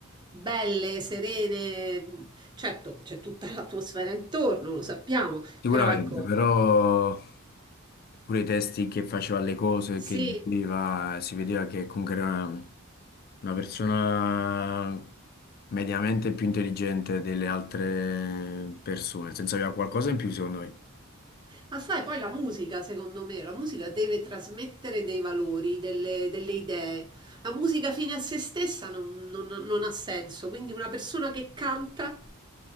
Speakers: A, on the right; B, on the left.
A: belle, serene. Certo, c'è tutta l'atmosfera intorno, lo sappiamo,
B: sicuramente,
A: però ecco,
B: però pure i testi che faceva le cose,
A: sì.
B: che diceva, si vedeva che comunque era una persona mediamente più intelligente delle altre persone, nel senso aveva qualcosa in più secondo me.
A: Ma sai, poi la musica, secondo me, la musica deve trasmettere dei valori, delle, delle idee. La musica fine a se stessa non non- non ha senso, quindi una persona che canta